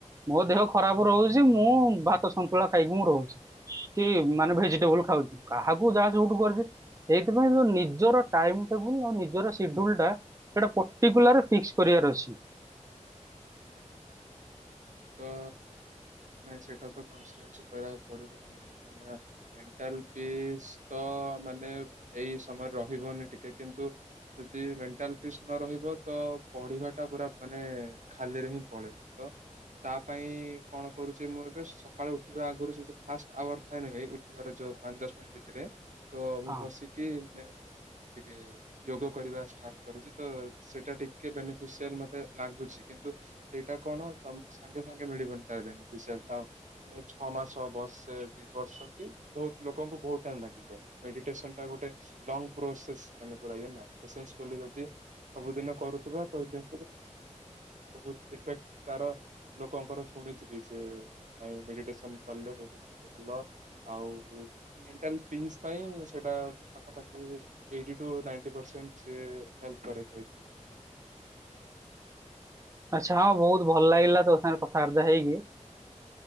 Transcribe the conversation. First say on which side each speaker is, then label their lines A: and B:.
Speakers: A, on the right; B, on the right.
A: ମୋ ଦେହ ଖରାପ ରହୁଛି ମୁଁ ଭା ତ ଶନ୍ତୁଳା ଖାଇକି ମୁଁ ରହୁଛି କି
B: ଆଜ୍ଞା।
A: ମାନେ
B: ଆଜ୍ଞା
A: ଭେଜିଟେବୁଲ ଖାଉଛି କାହାକୁ ଯାହା ସୁଟୁ କରିଛି। ସେଇଥିପାଇଁ ଯୋଉ ନିଜର ଟାଇମ୍ ଟେବୁଲ ଆଉ ନିଜର ସିଡୁଲ ଟା। ସେଇଟା ପର୍ଟିକୁଲାର ଫିକ୍ସ କରିବାର ଅଛି।
B: ତ ନାଇଁ ସେଇଟା ତ କନସିଟେନ୍ସି କହିବାକୁ ପଡିବନି। ହେଲା ମେଣ୍ଟାଲ ପିସ୍ ତ ମାନେ ଏଇ ସମୟରେ ରହିବନି ଟିକେ କିନ୍ତୁ ଯଦି ମେଣ୍ଟାଲ ପିସ୍ ନ ରହିବ ତ ପଢିବା ଟା ପୁରା ମାନେ। ଖାଲରେ ହିଁ ପଳେଇ ତ ତା ପାଇଁ କଣ କରୁଛି ମୁଁ ଏବେ ସକାଳୁ ଉଠିବା ଆଗରୁ ସେ ଯୋ ଫାଷ୍ଟ ଆୱାର ଥାଏନି ଭାଇ ଉଠିବାର ଯୋଉ ପାଞ୍ଚ ଦଶ ମିନିଟ୍ ଭିତରେ ତ ମୁଁ
A: ହଁ।
B: ବସିକି ମାନେ ଟିକେ ଯୋଗ କରିବା ଷ୍ଟାର୍ଟ କରିଛି ତ ସେଇଟା ଟିକେ ବେନିଫିସିଆଲ ମତେ ଲାଗୁଛି। କିନ୍ତୁ ସେଇଟା କଣ ତମକୁ ସାଙ୍ଗେ ସାଙ୍ଗେ ମିଳିବନି ତ ବେନିଫିସିଆଲ ତ ଛ ମାସ ବର୍ଷେ ଭି ବର୍ଷ କି ବହୁତ ଲୋକଙ୍କୁ ବହୁତ ଟାଇମ ଲାଗିଯାଏ ମେଡିଟେସନ ଟା ଗୋଟେ ଲଙ୍ଗ ପ୍ରୋସେସ୍ ମାନେ ପୁରା ଇଏନା ପେସେନେ ସ ଫୁଲି ଯଦି ସବୁଦିନ କରୁଥିବା କହିିଲେ ବହୁତ ଇଫେକ୍ଟ ତାର ଲୋକଙ୍କର ଶୁଣିଛିି ବି ସେ ନାଇ ମେଡିଟେସନ କଲେ ବହୁତ ଭଲ ଆଉ ମେଣ୍ଟାଲ ପିସ୍ ପାଇଁ ସେଇଟା ପାଖାପାଖି ଏଇଟି ଟୁ ନାଇଟି ପରସେଣ୍ଟ ସିଏ ହେଲପ କରେ ଖାଇକି
A: ଆଚ୍ଛା ହଁ ବହୁତ ଭଲ ଲାଗିଲା ତୋ ସାଙ୍ଗରେ କଥାବାର୍ତ୍ତା ହେଇକି